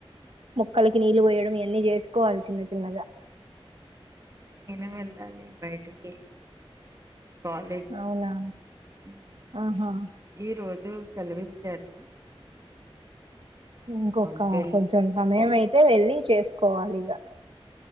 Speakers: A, on the right; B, on the right.
A: మొక్కలకి నీళ్ళు వోయడం ఇయన్నీ చేసుకోవాలి చిన్న చిన్నగా
B: నేను వెళ్లాలి బయటికి కాలేజ్
A: అవునా
B: ఊ
A: ఆహా
B: ఈ రోజు <unintelligible> సెలవిచ్చారు నేను
A: ఇంకొక
B: వెళ్
A: కొంచెం సమయం అయితే వెళ్ళి చేసుకోవాలి ఇగ